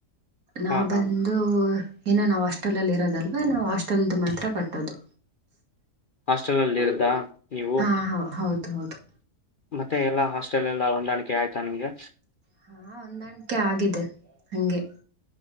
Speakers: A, on the right (about 60°); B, on the left (about 45°).
A: ನಾವು
B: ಹಾ ಹಾ
A: ಬಂದು ಏನ ನಾವು ಹಾಸ್ಟೆಲಲ್ಲಿ ಇರೋದಲ್ವಾ ನಾವು ಹಾಸ್ಟೆಲ್ದು ಮಾತ್ರ ಕಟ್ಟೋದು
B: ಹಾಸ್ಟೆಲಲ್ಲಿ ಇರ್ದಾ ನೀವು
A: ಹಾ ಹ ಹೌದು ಹೌದು
B: ಮತ್ತೆ ಎಲ್ಲಾ ಹಾಸ್ಟೆಲ್ ಎಲ್ಲ ಹೊಂದಾಣಿಕೆ ಆಯ್ತಾ ನಿಮ್ಗೆ
A: ಹಾ ಹೊಂದಾಣಿಕೆ ಆಗಿದೆ ಹಂಗೆ